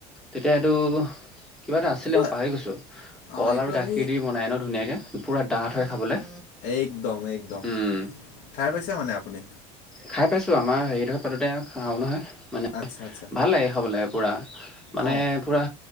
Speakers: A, in the centre; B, on the left.
A: তেতিয়া এইটো কিবা এটা আছিলে
B: এইটো
A: মই পাহৰি গৈছো।
B: অঁ
A: কল
B: এইটো
A: আৰু গাখীৰ
B: আমি
A: দি বনাই ন ধুনীয়াকে পুৰা ডাঠ হয় খাবলে।
B: একদম - একদম
A: উম,
B: খাই পাইছে মানে আপুনি।
A: খাই পাইছো। আমাৰ হেৰিটোত পাতোতে খাও নহয়। মানে
B: আচ্ছা - আচ্ছা।
A: ভাল লাগে খাবলৈ পূৰা মানে
B: অঁ
A: পুৰা